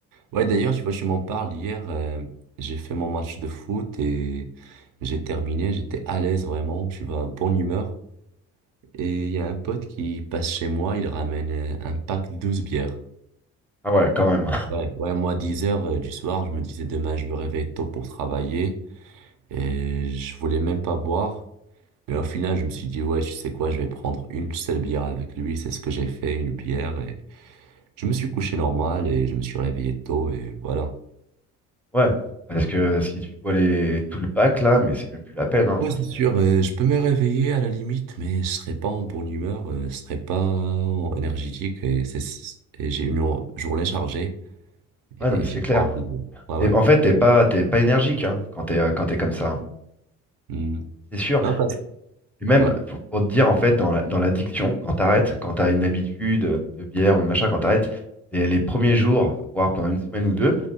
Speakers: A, on the right; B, in the centre.
A: Ouais, d'ailleurs, tu vois, je m'en parle hier. euh, j'ai fait mon match de foot et j'ai terminé. J'étais à l'aise vraiment. Je suis en bonne humeur. Et il y a un pote qui passe chez moi. Il ramène euh, un pack de 12 bières.
B: Ah ouais, quand même. <laughs>
A: Ouais, ouais, moi, 10 heures euh, du soir, je me disais demain, je me réveille tôt pour travailler. Et je voulais même pas boire. Mais au final, je me suis dit, ouais, tu sais quoi, je vais prendre une seule bière avec lui. C'est ce que j'ai fait, une bière. Et je me suis couché normal et je me suis réveillé tôt et voilà.
B: Ouais. Parce que si tu vois les... tout le pack là, mais c'est même plus la peine. hein. Enfin,
A: Ouais, c'est sûr.
B: c'est-
A: euh, je peux me réveiller à la limite, mais je serai pas en bonne humeur, euh, je serai pas en- énergétique et, c'est, c'est- et j'ai une jour- journée chargée et
B: ouais, non, mais c'est
A: j'ai
B: clair.
A: pas envie de. Ouais,
B: T'es-
A: ouais.
B: En fait, t'es pas, t'es pas énergique hein, quand t'es, euh, quand t'es comme ça. hein.
A: Hmm.
B: C'est sûr.
A: Non, parce-
B: Puis même,
A: Ouais.
B: pour, pour te dire, en fait, dans la- dans l'addiction, quand t'arrêtes, quand t'as une habitude euh, de bière ou de machin, quand t'arrêtes, les, les premiers jours, voire pendant une semaine ou deux,